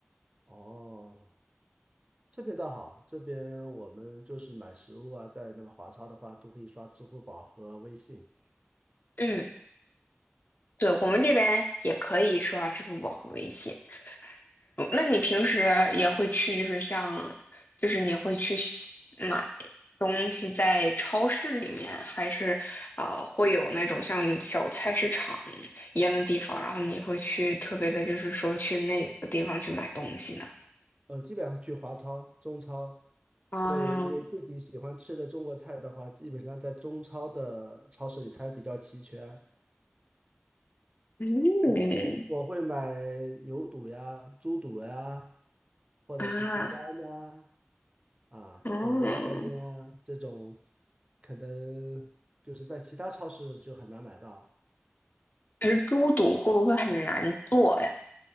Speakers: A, on the right (about 25°); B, on the left (about 50°).
A: 哦，这边倒好，这边我们就是买食物啊，在那个华超的话都可以刷支付宝和微信。
B: 嗯，对，我们这边也可以刷支付宝和微信。嗯那你平时也会去，就是像，就是你会去西买东西在超市里面，还是啊、呃会有那种像小菜市场一样的地方，然后你会去特别的，就是说去那个地方去买东西呢？
A: 呃，基本上去华超、中超，
B: 啊，
A: 会因为自己喜欢吃的中国菜的话，基本上在中超的超市里才比较齐全。
B: 嗯
A: 嗯，我会买牛肚呀、猪肚呀，或者是猪肝呐、
B: 啊，
A: 啊，
B: 哦，
A: 或者鸭胗啊，这种可能就是在其他超市就很难买到。
B: 可是猪肚会不会很难做呀？